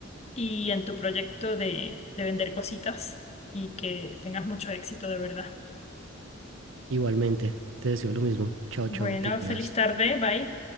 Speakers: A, on the left (about 30°); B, on the right (about 70°).
A: y en tu proyecto de, de vender cositas y que tengas mucho éxito, de verdad.
B: igualmente. Te deseo lo mismo. Chao,
A: Bueno,
B: chao, te cuidas.
A: feliz tarde, bye.